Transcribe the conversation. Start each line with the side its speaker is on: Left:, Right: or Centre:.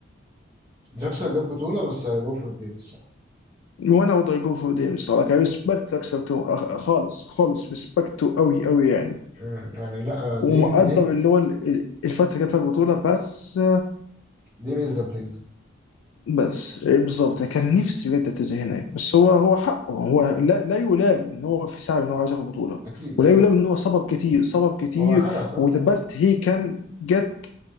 Right: دراكسلر جاب بطولة بس هيجو فور ديم الصراحة
Left: وانا وضع جو فور ديم الصراحه ريسبكت دراكسر تو- خالص خالص ريسبكت قوي قوي يعني
Right: مم، يعني لا ديم
Left: ومقدر
Right: ديم
Left: اللي هو ال- الفتره اللي كان فيها البطوله بس
Right: ديم از ذا بليزر
Left: بس إيه بالظبط يعني كان نفسي بجد اعتزل هناك بس هو هو حقه هو لا لا يلام ان هو في سعي ان هو عايز ياخد بطوله
Right: أكيد
Left: ولا
Right: اه
Left: يلام ان هو صبر كتير صبر كتير
Right: هو أخدها صح
Left: وذا بيست هي كان جت